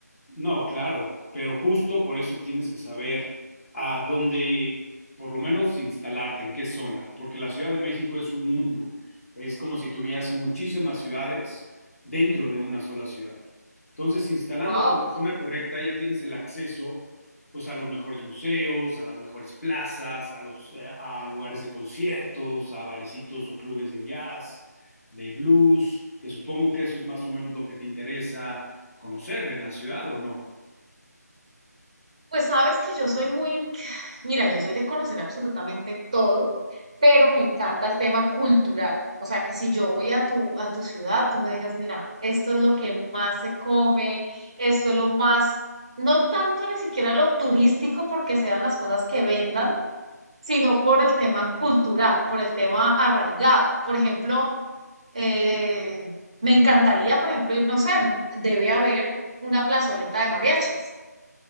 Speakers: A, on the left; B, on the right.
A: No, claro, pero justo por eso tienes que saber a dónde, por lo menos, instalarte, en qué zona, porque la Ciudad de México es un mundo. Es como si tuvieras muchísimas ciudades dentro de una sola ciudad. Entonces, instalándote
B: Wow.
A: en la zona correcta, ya tienes el acceso, pues, a los mejores museos, a las mejores plazas, a los, eh, a lugares de conciertos, a barecitos o clubes de jazz, de blues, que supongo que eso es más o menos lo que te interesa conocer en la ciudad o no.
B: Pues sabes que yo soy muy, mira, yo soy de conocer absolutamente todo, pero me encanta el tema cultural. O sea, que si yo voy a tu, a tu ciudad, tú me digas, mira, esto es lo que más se come, esto es lo más, no tanto ni siquiera lo turístico porque sean las cosas que vendan, sino por el tema cultural, por el tema arraigado. Por ejemplo, eh, me encantaría, por ejemplo, ir, no sé, debe haber una plazoleta de mariachis.